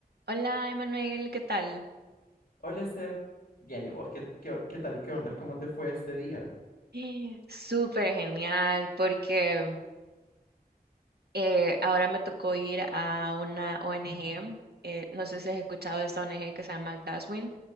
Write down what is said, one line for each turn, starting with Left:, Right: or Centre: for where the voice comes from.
Right: Hola, Emanuel, ¿qué tal? <gasps>
Left: Hola, Sef. Bien, ¿y vos qué, qué, qué tal? ¿Qué onda? ¿Cómo te fue este día?
Right: Eh, Súper genial, porque eh, ahora me tocó ir a una ONG, eh, no sé si has escuchado de esta ONG que se llama Glasswing,